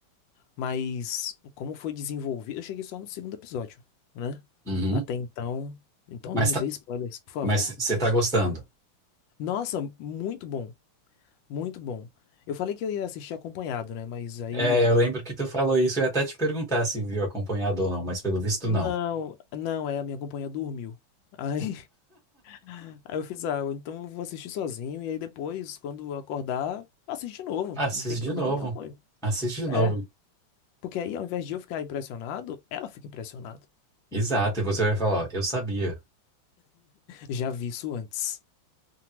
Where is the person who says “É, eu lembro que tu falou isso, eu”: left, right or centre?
Centre